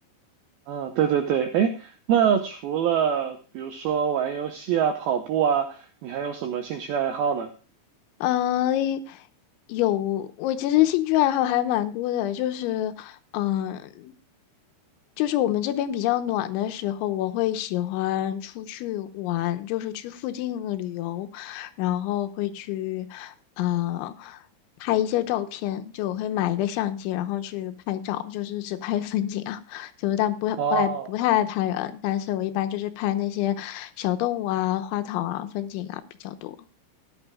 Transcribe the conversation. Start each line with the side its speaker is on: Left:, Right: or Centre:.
Right: 嗯，对对对，哎，那除了比如说玩游戏啊、跑步啊，你还有什么兴趣爱好呢？
Left: 呃，有，我其实兴趣爱好还蛮多的，就是，嗯、就是我们这边比较暖的时候，我会喜欢出去玩，就是去附近的旅游，然后会去，呃，拍一些照片，就我会买一个相机，然后去拍照，就是只拍 <laughs> 风景啊，就是但不不爱不太爱拍人，
Right: 哦。
Left: 但是我一般就是拍那些小动物啊、花草啊、风景啊比较多。